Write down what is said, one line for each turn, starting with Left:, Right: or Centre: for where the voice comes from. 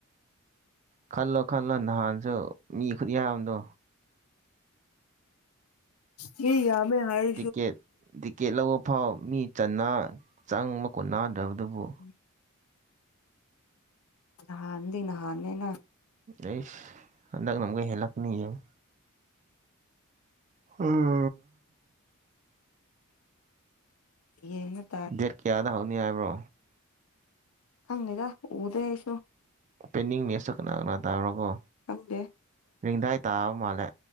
Right: ꯈꯜꯂꯣ ꯈꯜꯂꯣ ꯅꯍꯥꯟꯁꯨ ꯃꯤ ꯈꯨꯠꯌꯥꯝꯗꯣ
Left: ꯃꯤ ꯌꯥꯝꯃꯦ ꯍꯥꯏ
Right: ꯇꯤꯛꯀꯦꯠ ꯇꯤꯛꯀꯦꯠ ꯂꯧꯕ ꯐꯥꯎ ꯃꯤ ꯆꯟꯅꯥ ꯆꯪꯕ ꯀꯣꯟꯅꯗꯕꯗꯨꯕꯨ
Left: ꯎꯝ ꯅꯍꯥꯟꯗꯤ ꯅꯍꯥꯟꯅꯦ ꯅꯪ
Right: ꯑꯩꯁ ꯍꯟꯗꯛꯅ ꯑꯃꯨꯛ ꯍꯦꯜꯂꯛꯀꯅꯤ ꯌꯦꯡꯉꯣ <unintelligible>
Left: ꯌꯦꯡꯔꯛ
Right: ꯗꯦꯠ ꯀꯌꯥꯗ ꯍꯧꯅꯤ ꯍꯥꯏꯕ꯭ꯔꯣ
Left: ꯈꯪꯗꯦꯗ ꯎꯗꯦ ꯑꯩꯁꯨ
Right: ꯑꯣꯄꯦꯟꯅꯤꯡ ꯃꯦꯆꯇꯣ ꯀꯅꯥ ꯀꯅꯥ ꯇꯥꯕ꯭ꯔꯀꯣ
Left: ꯈꯪꯗꯦ
Right: ꯔꯦꯡꯗꯥꯏ ꯇꯥꯕ ꯃꯥꯜꯂꯦ